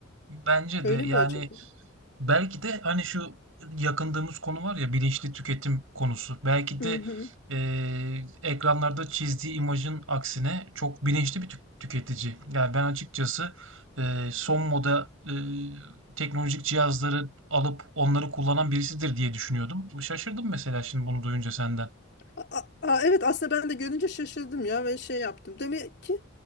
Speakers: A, on the right; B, on the left.
A: Bence
B: Öyle
A: de yani
B: mi acaba?
A: Belki de hani şu yakındığımız konu var ya bilinçli tüketim konusu. Belki
B: Hı
A: de
B: hı.
A: eee, ekranlarda çizdiği imajın aksine çok bilinçli bir tü- tüketici. Yani ben açıkçası eee, son moda eee, teknolojik cihazları alıp onları kullanan birisidir diye düşünüyordum. Şaşırdım mesela şimdi bunu duyunca senden.
B: A- a- evet aslında ben de görünce şaşırdım ya ve şey yaptım. Demek ki